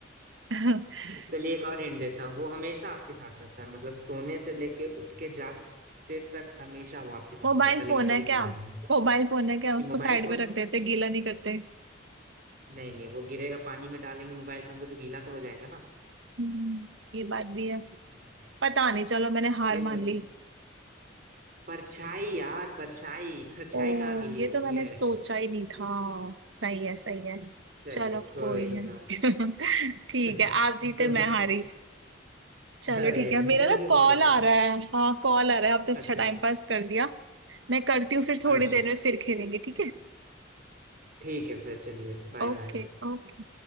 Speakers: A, on the right; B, on the right.
A: <laughs>
B: चलिए एक और हिंट देता हूँ वो हमेशा आपके साथ रहता है मतलब सोने से लेके उठ के जागते तक हमेशा वो आपके साथ
A: मोबाइल
B: रहता है
A: फोन
B: लेकिन कभी
A: है क्या
B: गीला नहीं होता
A: मोबाइल फोन है क्या उसको
B: ये मोबाइल
A: साइड
B: फोन
A: में रख देते गीला नहीं करते
B: नहीं नहीं वो गिरेगा पानी में डालेंगे मोबाइल फोन को तो गीला तो हो जाएगा ना
A: हम्म, ये बात भी है
B: हम्म,
A: पता नहीं चलो मैंने हार
B: ये सोचिए
A: मान ली
B: परछाई यार परछाई परछाई
A: ओ
B: कहाँ गीली
A: ये
B: होती
A: तो मैंने
B: है
A: सोचा ही नहीं था सही है सही है
B: चलिए
A: चलो
B: कोई
A: कोई नहीं
B: ना
A: <laughs> ठीक
B: <laughs>
A: है आप जीते
B: तो
A: मैं हारी चलो
B: अरे
A: ठीक है
B: मुझे
A: मेरा ना
B: बहुत
A: कॉल
B: अच्छा
A: आ रहा है हाँ कॉल आ रहा है आपने अच्छा
B: अच्छा
A: टाइम पास कर दिया मैं करती हूँ फिर थोड़ी
B: अच्छा
A: देर में फिर खेलेंगे ठीक है
B: ठीक है फिर चलिए बाय
A: Okay
B: बाय
A: okay